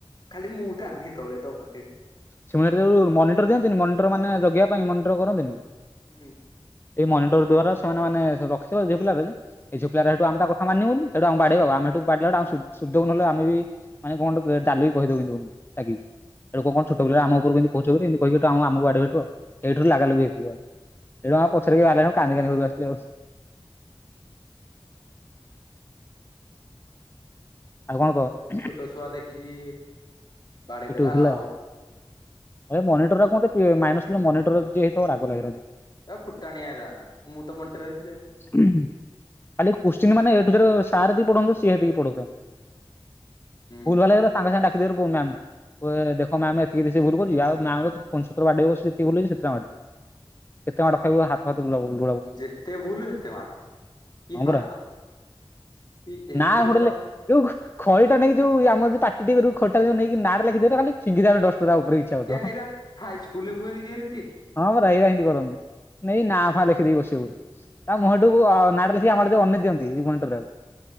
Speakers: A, on the left (about 50°); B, on the left (about 25°).
A: ଖାଲି ମୁଁ ଥାଆନ୍ତି ହେତଳେ ତୋପାଖରେ?
B: ସେମାନେ ଯୋଉ ମନିଟର ଦିଅନ୍ତିି ମନିଟର ମାନେ ଜଗିବା ପାଇଁ ମନିଟର କରନ୍ତିନି?
A: ହୁଁ।
B: ଏଇ ମନିଟର ଦ୍ଵାରା ସେମାନେ ମାନେ ରଖିଥିବା ଝିଅପିଲା <unintelligible> ଏଇଝିଅପିଲା
A: ହୁଁ।
B: ଏଇଠୁ ଆମେତା ମାନିବୁନି ଏଠୁ ଆମ ବାଡ଼େଇବ ଆମେ ହେ <unintelligible> ଶୁଦ୍ଧିଦବୁ ନହେଲେ ଆମେବି ମାନେ କଣ ଗୋଟେ ଦାଲୁକି କହିଦେଉି ଲାଗିବ ହେଟୁ କଣ ଛଟ ପିଲା ଆମକୁ କେହି କୋହୁଚହେରି ଏମିତି କହିି ଆମ ଆମକୁ ବାଡ଼େଇବେ ଏଇଠୁ ଲାଗାଲାଗିଇଥିଲିବ। ସେଇଠୁ ଆମ ପଛରେକେହି ଆସିଲେଣି କାନ୍ଦି କାନ୍ଦି ଘରକୁ ଆସିଲ ଆଉ। ଆଉ କଣ କହ?
A: ଛୋଟ ଛୁଆ ଦେଖିକି ବାଡେଇ
B: ପିଟୁ
A: ଦେଲା
B: ଥିଲା।
A: ଆଉ
B: ଆ ମନିଟର ଆମତେ ସାଇନ୍ସ ମନିଟର ଯିଏ ହେଇଥିବ ରାଗ ଲାଗେମତେ।
A: ଫୁଟାଣିଆଅରା ମୁଁତ ମନିଟର ହେଇଥିଲି ଆଉ।
B: ଖାଲି କୋସ୍ଚିନ୍ ମାନେ ଏଠୁ ସାର୍ ସେତିକି ପଢନ୍ତୁ ସିଏ ହେତିକି ପଢୁଥାନ୍ତୁ।
A: ହୁଁ
B: ଭୁଲ ଭାଲ୍ ହେଇଗଲେ ସାଙ୍ଗେ ସାଙ୍ଗେ ଡାକି ଦେବେରି ବୋଉ ମ୍ୟାମ। ତୁ ଦେଖ ମ୍ୟାମ ଏତିକି ରେ ଭୁଲ କରୁଚି ଆଉ ନା ତ କୁଞ୍ଚତ୍ର ବାଡିବ ଜେତିକି ଭୁଲ ହେଇଛି ସେଥି ଟା ବାଡେ। କେତେ ମାଡ ଖାଇବୁ ହାତ ହାତ <unintelligible>
A: ଯେତେ ଭୁଲ ସେତେ ମାଡ କି
B: ହଁ
A: ମାଡ
B: ପରା
A: କି ଏମିତି
B: ନା ଗୋଟେ
A: ମାଡ।
B: ଲେ ଯୋଉ ଖଡି ଟା ନେଇକୀ ଯୋଉ ଆମ ପାଟି ଟେ ଖଟା ଯଉ ନେଇକି ନାଟା ଲେଖିଦବ ଖାଲି ଫିଙ୍ଗିଦେବେ ଡଷ୍ଟ ତା ଉପରେ ଇଚ୍ଛା ହଉଥିବ।
A: କ ହେଇରା ହାଇ ସ୍କୁଲ ରେ ହୁଏନି ଏରତି।
B: ହଁ ପରା ଏରା ଏମିତି କରନ୍ତି ନାଇଁ ନାଁ ଫାଁ ଲେଖିଦେଇକି ବସି ତା ମୁହଁଠୁ ନାଟା ଲେଖିକି ଆମ ଆଡେ ଯୋଉ ଅନେଇ ଦିଅନ୍ତି ମଣ୍ଟରେଉ।